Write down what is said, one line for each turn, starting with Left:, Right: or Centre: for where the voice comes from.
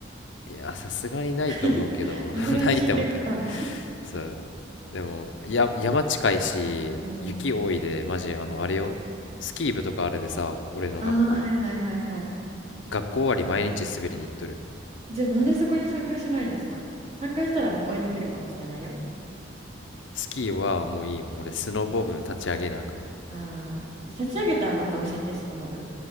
Left: いや、さすがにないと思うけど、
Right: <laughs> さすがに新緑か。
Left: <laughs> ないと思うけど。そうでもや山近いし雪多いでマジあのあれよスキー部とかあれでさ俺の学校
Right: うん。ああー、はいはいはいはい。
Left: 学校終わり毎日滑りに行っとる
Right: じゃあなんでそこに参加しないんですか参加したらね追い抜けるかもしれないよ。
Left: スキーはもういいもん俺スノボ部立ち上げなあかん
Right: ああ。じゃあ立ち上げたらまた教えて、その部分。